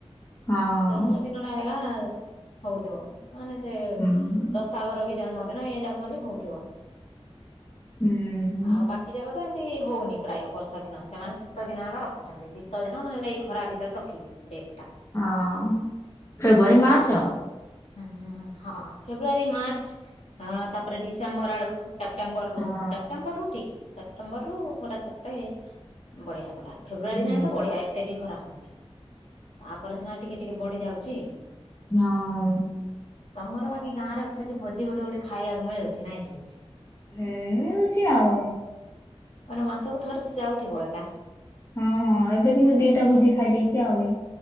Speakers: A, on the left; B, on the left.
A: ହଁ
B: ଜନ୍ମଦିନ ଟା ଏଗା ହଉୁଥିବ। ମାନେ ସେ
A: ହୁଁ।
B: ଦଶା ଘର କି ଜନ୍ମଦିନ ଏ ଯାକ ଖାଲି ହେଉଥିବ।
A: ହୁଁ ହୁଁ
B: ଆଉ ବାକି ଜାକ ଏମିତି ହେଉନି ପ୍ରାୟ ବର୍ଷା ଦିନ ସେମାନେ ଶୀତ ଦିନ ଆଗା ରଖୁଛନ୍ତି ଶୀତଦିନ ନହେଲେ ଏଇ ଖରା ଭିତରେ ରଖିବି। ଡେଟା
A: ହଁ ଫେବୃଆରୀ ମାର୍ଚ୍ଚ ଆଉ।
B: ହୁଁ ହଁ ଫେବୃଆାରୀ ମାର୍ଚ୍ଚ। ହଁ ତାପରେ ଡିସେମ୍ବର ଆଡକୁ ସେପ୍ଟେମ୍ବର ରୁ
A: ହଁ
B: ସେପ୍ଟେମ୍ବର ରୁ ଠିକ୍। ସେପ୍ଟେମ୍ବରରୁୁ ପୁରା ସେପଟେ ବଢ଼ିଆ ପୁରା। ଫେବୃୟରୀ
A: ହୁଁ
B: ଜାଣି ତ ବଢ଼ିଆ ଏତେ ବି ଖରା ହେବନି ତାପରେ ସିନା ଟିକିଏ ଟିକେ ବଢ଼ିଯାଉଛି।
A: ନାଁ <unintelligible>
B: ତମର ବାକି ଗାଁରେ ଅଛଯେ ଭୋଜି ଗୋଟେ ଗୋଟେ ଖାଇବାକୁ ମିଳୁଛି ନାଇଁ କି?
A: ହେଏ ମିଳୁଛି ଆଉ।
B: ମାନେ ମାସକୁ ଥରେ ତ ଯାଉଥିବ ଏକା।
A: ହଁ ହଁ ଏବେ କିନ୍ତୁ ଦିଇଟା ଭୋଜି ଖାଇଦେଇଛି ଆହୁରି